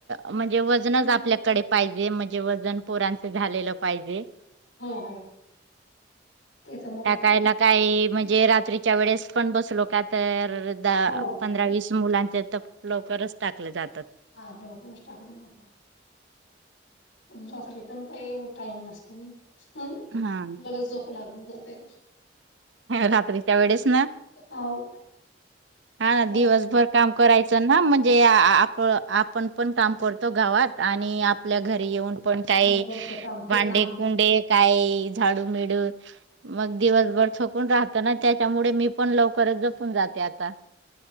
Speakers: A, on the right; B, on the left.
A: म्हणजे वजनच आपल्याकडे पाहिजे म्हणजे... वजन पोरांच झालेलं पाहिजे...
B: हो हो.... ते तर मग
A: टाकायला काय म्हणजे रात्रीच्या वेळेस पण बसलो का... तर दहा
B: हो.
A: पंधरा वीस मुलांचे तर लवकरच टाकले जातात....
B: ह नक टाका द मात.... रात्री पण काही ए टाईम नसतो ना
A: हा
B: मग झोप लागून ज ते
A: रात्रीच्या वेळेस ना
B: अहो,
A: हा ना
B: जास्त
A: दिवसभर काम करायचं ना म्हणजे आप आपण पण काम पडतो गावात आणि आपल्या घरी येऊन पण काही
B: मग घरचं काम, ते
A: भांडे
B: काम.
A: कुंडे काही झाडू मेळू मग दिवसभर थकून राहत ना त्याच्यामुळे मी पण लवकरच जपून जाते आता